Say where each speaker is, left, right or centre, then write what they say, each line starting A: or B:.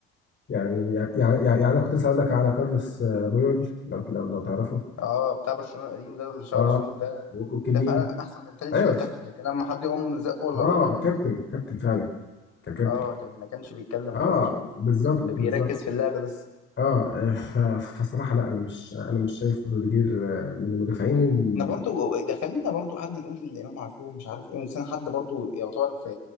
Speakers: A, on the left; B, on the left.
A: يعني يعني يعني انا كنت لسه اقول لك على كارلوس آه، بويول لو لو لو تعرفه
B: اه بتاع برشلونة القديم ده اللي شعره
A: اه
B: طويل ده
A: وكليني
B: ده فعلا احسن من التالت
A: ايوه
B: شفتها ده كان لما حد يقوم زقه ولا
A: اه
B: ضربه
A: كابتن كابتن فعلا كان كابتن
B: اه كان ما كانش بيتكلم
A: اه
B: خالص وكان
A: بالظبط
B: بيركز
A: بالظبط
B: في اللعب بس
A: اه آه، ف- فصراحه لا انا مش انا مش شايف روديجير آه، من المدافعين ال...
B: احنا برضو دخلنا برضو قعدنا نقول الامام عاشور مش عارف ايه ونسينا حد برضو يعتبر في